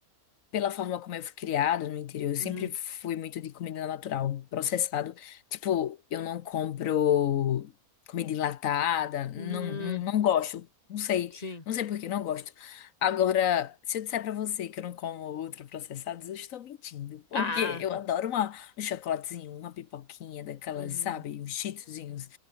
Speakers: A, on the left; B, on the left.
A: pela forma como eu fui criada no interior, eu sempre
B: uhum,
A: fui muito de comida natural, processado. Tipo, eu não compro comida enlatada, não,
B: uhum,
A: não, não gosto. Não sei,
B: sim.
A: não sei por que não gosto. Agora, se eu disser pra você que eu não como ultraprocessados, eu estou mentindo. <laughs> Porque
B: Ah,
A: eu adoro uma, um chocolatezinho, uma pipoquinha daquelas,
B: uhum.
A: sabe? Uns cheetozinhos.